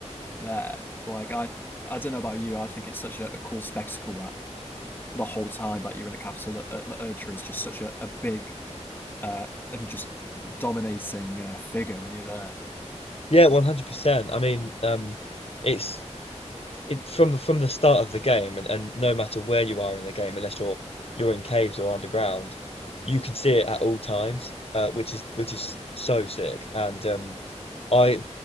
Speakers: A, on the left (about 15°); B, on the left (about 55°).
A: there. Like I I don't know about you, I think it's such a, a cool spectacle that the whole time that you're in the capital, that, uh, the Erd is just such a, a big uh, and just dominating uh, figure when you're there.
B: Yeah, 100%. I mean, um, it's it, from from the start of the game, and, and no matter where you are in the game, unless you're you're in caves or underground, you can see it at all times, uh, which is which is so sick. And um, I